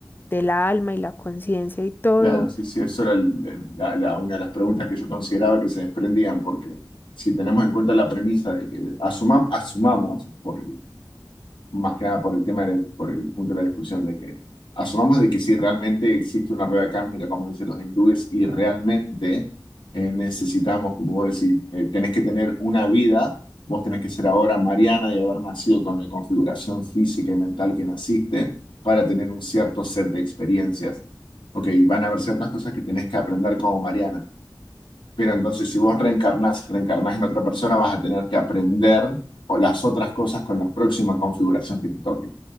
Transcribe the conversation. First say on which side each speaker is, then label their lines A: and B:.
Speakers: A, on the left; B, on the left.
A: de la alma y la conciencia y todo,
B: Claro, sí, sí, eso era el- el- la- la- una de las preguntas que yo consideraba que se desprendían, porque si tenemos en cuenta la premisa de que asumam- asumamos, por más que nada por el tema, de- por el punto de la discusión de que asumamos de que si realmente existe una rueda kármica, como dicen los hindúes, y realmente eh, necesitamos, como vos decís, eh, tenés que tener una vida, vos tenés que ser ahora Mariana y haber nacido con la configuración física y mental que naciste para tener un cierto set de experiencias. Ok, van a haber ciertas cosas que tenés que aprender como Mariana. Pero entonces, si vos reencarnás y reencarnás en otra persona, vas a tener que aprender o las otras cosas con la próxima configuración que te toque.